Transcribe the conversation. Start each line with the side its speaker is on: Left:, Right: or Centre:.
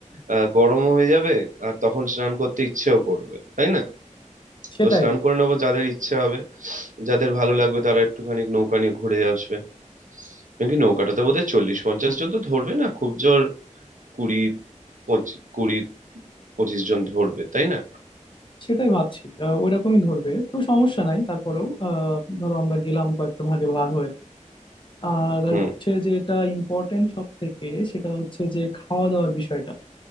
Right: আহ, গরমও হয়ে যাবে আর তখন স্নান করতে ইচ্ছেও করবে তাই না
Left: সেটাই
Right: তো স্নান করে নেবো যাদের ইচ্ছে হবে যাদের ভালো লাগবে তারা একটুখানি নৌকা নিয়ে ঘুরে আসবে নাকি নৌকাটাতে বোধহয় চল্লিশ পঞ্চাশ জন তো ধরবে না খুব জোর কুড়ি পঁচিশ কুড়ি পঁচিশ জন ধরবে তাই না
Left: সেটাই ভাবছি আহ, ওইরকমই ধরবে তো সমস্যা নাই তারপরেও আহ, ধরো আমরা গেলাম কয়েকটা ভাগে ভাগ হয়ে আর
Right: হুম
Left: হচ্ছে যেটা ইম্পর্টেন্ট সব থেকে সেটা হচ্ছে যে খাওয়া দাওয়ার বিষয়টা